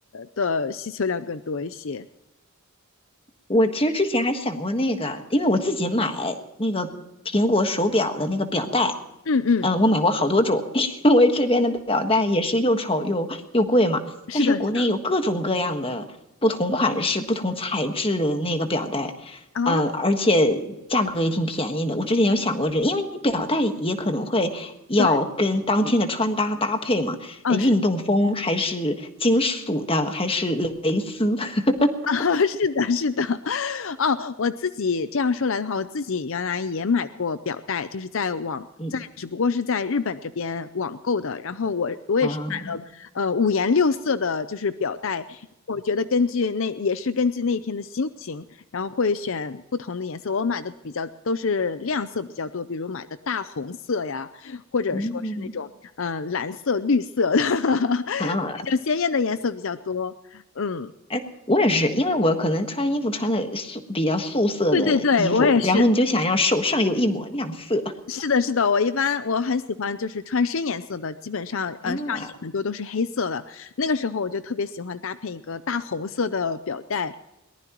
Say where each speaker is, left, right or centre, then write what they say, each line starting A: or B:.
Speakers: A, on the left; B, on the left.
A: 的需求量更多一些。
B: 我其实之前还想过那个，因为我自己买那个苹果手表的那个表带，
A: 嗯嗯，
B: 嗯，我买过好多种，<laughs> 因为这边的表带也是又丑又又贵嘛。
A: 是的，
B: 但是国内有各种各样的不同款式、
A: 是的，
B: 不同材质的那个表带，
A: 啊，
B: 嗯，而且价格也挺便宜的。我之前有想过这个因为你表带也可能会要跟当天的穿搭搭配嘛，
A: 对，哦，
B: 呃运动风还是金属的，还是蕾丝，<laughs>
A: 啊，<laughs> 是的，是的，哦，我自己这样说来的话，我自己原来也买过表带，就是在网，
B: 嗯
A: 在只不过是在日本这边网购的。然后我我也是买了，
B: 啊。
A: 呃，五颜六色的，就是表带。我觉得根据那也是根据那一天的心情，然后会选不同的颜色。我买的比较都是亮色比较多，比如买的大红色呀，或者说是那种嗯呃蓝色、
B: 嗯
A: 绿色的 <laughs>，
B: 啊，
A: 比较鲜艳的颜色比较多。嗯。
B: 哎，我也是，因为我可能穿衣服穿的素比较素色的衣服，
A: 对对对，我也是。
B: 然后你就想要手上有一抹亮色
A: 是的，是的，我一般我很喜欢就是穿深颜色的，基本上呃上衣很多都是黑色的。
B: 啊，
A: 那个时候我就特别喜欢搭配一个大红色的表带。